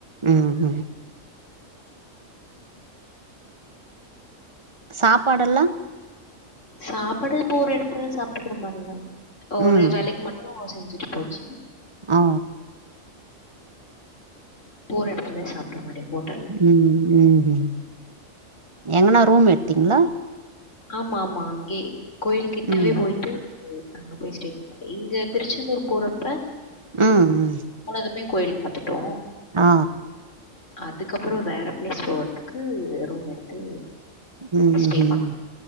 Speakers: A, on the right (about 25°); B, on the left (about 65°).
A: ம் ம் சாப்பாடு எல்லா
B: சாப்பாடு போற இடத்துல சாப்பிட்டுக்கிற மாதிரிதா ஒரு
A: ம்
B: வேலைக்கு மட் கோவா செஞ்சுட்டு போச்சு
A: அ அ
B: போற இடத்துல சாப்பிட்ற மாரி ஹோட்
A: ம் ம் ம் எங்கனா ரூம் எடுத்தீங்களா
B: ஆமா ஆமா அங்கே கோயில் கிட்டவே
A: ம்
B: போய்ட்டு ம் அங்க போய் ஸ்டே இங்க திருச்செந்தூர் போறப்ப
A: ஆ ஆ
B: போனதுமே கோயில் பார்த்துட்டோ
A: ஆ
B: அதுக்கப்பறோ வேற பிளேஸ் போகறதுக்கு ரூம் எடுத்து
A: உஹும்
B: ஸ்டே பண்ணோம்.